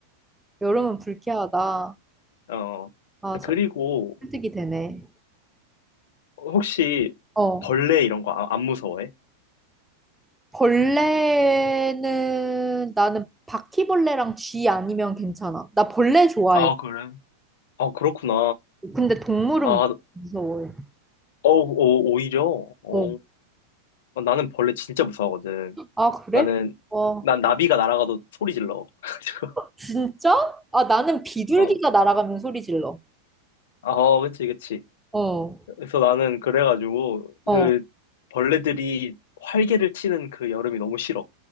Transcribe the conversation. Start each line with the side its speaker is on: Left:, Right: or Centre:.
Centre: 여름은 불쾌하다.
Left: 어,
Centre: 아, 설-
Left: 그리고
Centre: 설득이 되네.
Left: 혹시
Centre: 어,
Left: 벌레 이런 거 안, 무서워해?
Centre: 벌레는 나는 바퀴벌레랑 쥐 아니면 괜찮아. 나 벌레 좋아해.
Left: 아, 그래? 아, 그렇구나.
Centre: 근데 동물은
Left: 아, 어,
Centre: 무서워해.
Left: 오, 오히려, 어,
Centre: 어.
Left: 나는 벌레 진짜 무서워하거든.
Centre: 아, 그래?
Left: 나는,
Centre: 와,
Left: 난 나비가 날아가도 소리 질러. <laughs> 가지고
Centre: 진짜? 아, 나는 비둘기가
Left: 어,
Centre: 날아가면 소리 질러.
Left: 아, 어, 그치, 그치.
Centre: 어,
Left: 그래서 나는 그래가지고
Centre: 어.
Left: 그 벌레들이 활개를 치는 그 여름이 너무 싫어.